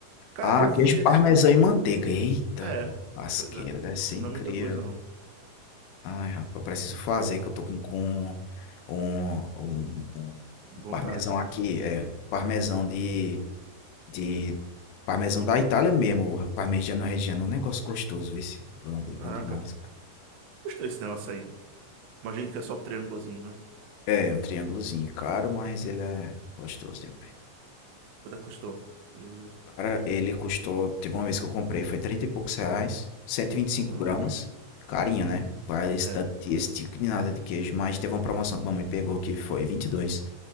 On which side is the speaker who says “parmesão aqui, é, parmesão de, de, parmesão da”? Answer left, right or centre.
Left